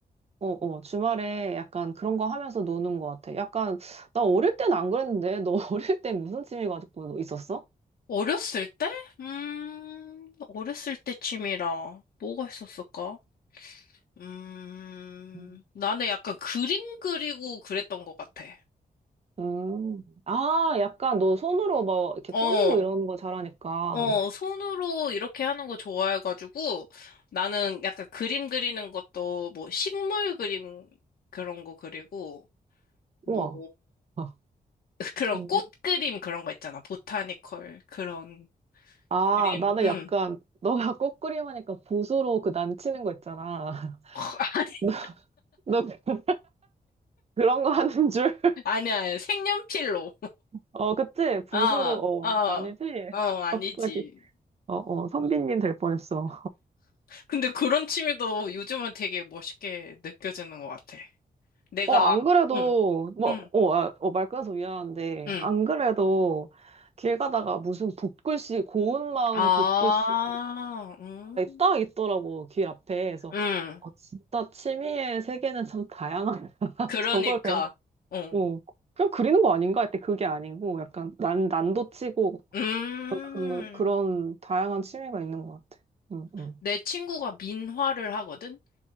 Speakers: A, on the right (about 40°); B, on the left (about 80°).
A: 어, 어, 주말에 약간 그런 거 하면서 노는 것 같아. 약간, 나 어릴 땐 안 그랬는데, 너 <laughs> 어릴 때 무슨 취미 가지고 있었어?
B: 어렸을 때? 음, 어렸을 때 취미라 뭐가 있었을까? 음,
A: 음.
B: 나는 약간 그림 그리고 그랬던 것 같아.
A: 음. 아, 약간 너 손으로 막 이렇게
B: 어,
A: 꾸미고 이러는 거 잘하니까.
B: 어, 손으로 이렇게 하는 거 좋아해가지고 나는 약간 그림 그리는 것도 뭐 식물 그림 그런 거 그리고 뭐
A: 우와. 어.
B: <laughs> 그런
A: 음.
B: 꽃 그림 그런 거 있잖아. 보타니컬 그런
A: 아,
B: 그림.
A: 나는
B: 음.
A: 약간, 너가 꽃그림 하니까 붓으로 그 난치는 거 있잖아.
B: <laughs>
A: <laughs> 너 그- 그런 거 하는 줄?
B: 아니, 아니야. 색연필로.
A: 어, 그치? 붓으로,
B: 아,
A: 어,
B: 아,
A: 아니지? <laughs>
B: 어, 아니지.
A: 갑자기. 어, 어, 선비님 될 뻔했어.
B: 근데 그런 취미도 요즘은 되게 멋있게 느껴지는 것 같아. 내가,
A: 어, 안 그래도,
B: 응,
A: 뭐,
B: 응,
A: 어, 아, 어, 말 끊어서 미안한데,
B: 응.
A: 안 그래도 길 가다가 무슨 붓글씨, 고운 마음
B: 아,
A: 붓글씨가
B: 응,
A: 딱 있더라고, 길 앞에. 그래서,
B: 응.
A: 어, 진짜 취미의 세계는 참 다양하다. <laughs>
B: 그러니까,
A: 저걸
B: 어,
A: 배웠고, 그냥 그리는 거 아닌가 했더니 그게 아니고, 약간 난, 난도 치고,
B: 음.
A: 그, 그런 다양한 취미가 있는 것 같아. 응, 응.
B: 내 친구가 민화를 하거든?